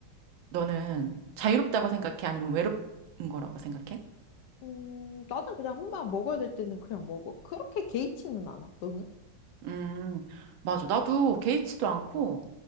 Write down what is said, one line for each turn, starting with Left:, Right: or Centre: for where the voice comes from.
Right: 너는 자유롭다고 생각해? 아니면 외롭은 거라고 생각해?
Left: 음, 나는 그냥 혼밥 먹어야 될 때는 그냥 먹어. 그렇게 개의치는 않아. 너는?
Right: 음, 맞아. 나도 개의치도 않고,